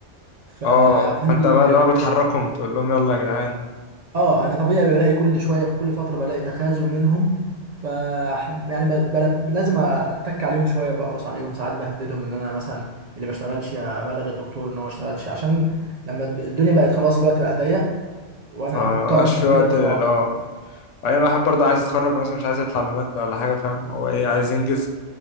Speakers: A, on the right (about 65°); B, on the left (about 80°).
A: فعندي
B: اه فانت بقى اللي هو بتحركهم تقول لهم يلا يا جدعان
A: اه انا طبيعي بلاقي كل شويه في كل فتره بلاقي تخاذل منهم ف يعني ب... ب... لازم اتك عليهم شويه بقرص عليهم ساعات بهددهم ان انا مثلا اللي ما اشتغلش ابلغ الدكتور ان هو ما اشتغلش عشان لما الد- الدنيا بقت خلاص الوقت بقى ضيق وانا
B: فمبقاش
A: مضطر اعمل
B: في وقت
A: كده بصراحه
B: اه وبعدين الواحد برضه عايز يتخرج مثلا مش عايز يطلع بمادة ولا حاجة فاهم هو ايه عايز ينجز